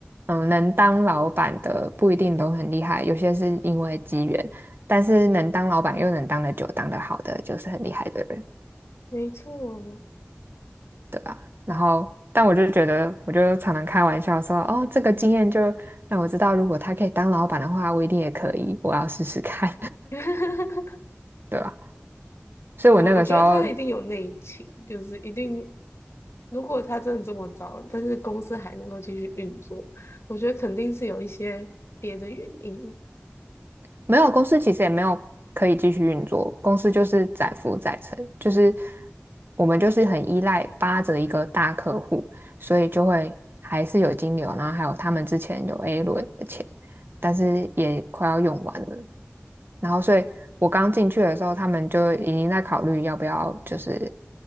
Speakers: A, on the right (about 55°); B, on the left (about 80°).
A: 嗯，能当老板的不一定都很厉害，有些是因为机缘，但是能当老板又能当得久、当得好的，就是很厉害的人，
B: 没错。
A: 对吧？然后，但我就觉得，我就常常开玩笑说，哦，这个经验就让我知道，如果他可以当老板的话，我一定也可以，我要试试看，
B: <laughs>
A: <laughs> 对吧？所以我那个时候
B: 我我觉得他一定有内情，就是一定，如果他真的这么糟，但是公司还能够继续运作，我觉得肯定是有一些别的原因。
A: 没有，公司其实也没有可以继续运作，公司就是载浮载沉，就是我们就是很依赖扒着一个大客户，所以就会还是有金流，然后还有他们之前有 A 轮的钱，但是也快要用完了，然后所以我刚进去的时候，他们就已经在考虑要不要就是